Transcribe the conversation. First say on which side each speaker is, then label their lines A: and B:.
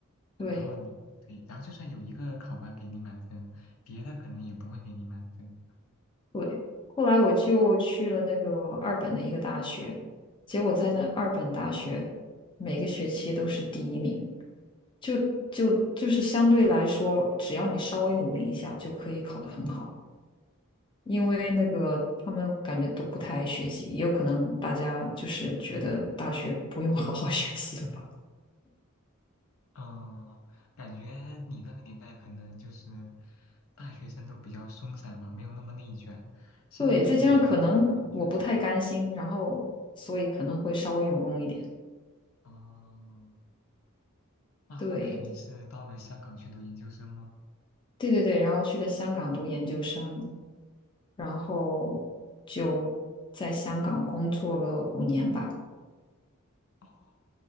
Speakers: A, on the left (about 25°); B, on the left (about 80°).
A: 对。
B: 然后你对，然后就算有一个考官给你满分，别的可能也不会给你满分。
A: 对，后来我就去了那个二本的一个大学，结果在那二本大学每个学期都是第一名，就就就是相对来说，只要你稍微努力一下就可以考得很好，因为那个他们感觉都不太爱学习，也有可能大家就是觉得大学不用 <laughs> 好好学习了吧。
B: 嗯，感觉你那个年代可能就是大学生都比较松散吧，没有那么内卷。现在就感觉大家都很卷。
A: 对，再加上可能我不太甘心，然后所以可能会稍微用功一点。
B: 哦，那后来你是到了香港去读研究生吗？
A: 对，对对对，然后去了香港读研究生，然后就在香港工作了五年吧。
B: 哦，